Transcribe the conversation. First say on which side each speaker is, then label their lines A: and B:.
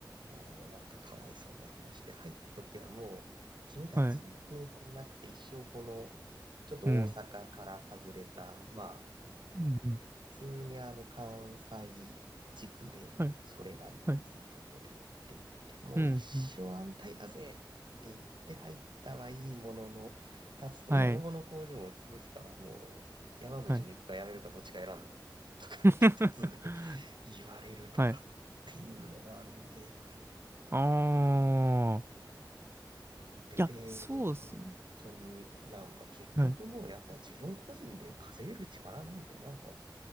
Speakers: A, on the right; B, on the right.
A: あれもなんかかわいそうな話で、入った時はもう、君たち天才なくて一生この、
B: はい。
A: ちょっと大阪から外れた、
B: うん。
A: まあ、
B: うんうん。
A: 普通にあの関西地区で、
B: はい。
A: それなりにいいとこでって言って、
B: はい。
A: もう一生安泰だぜって言って入ったはいいものの、
B: うん。うん
A: 立つと、
B: はい。
A: いや、桃の工場を潰すからもう、山口に行くか辞めるかどっちか選んで、
B: はい。
A: とかって突然
B: <laughs>
A: 言われるとかっていうのがあるんで、
B: はい。ああ。
A: なので、
B: いや、
A: で、
B: そうですね。
A: 本当になんか結局もうやっぱ自分個人で稼げる力ないとなんか
B: はい。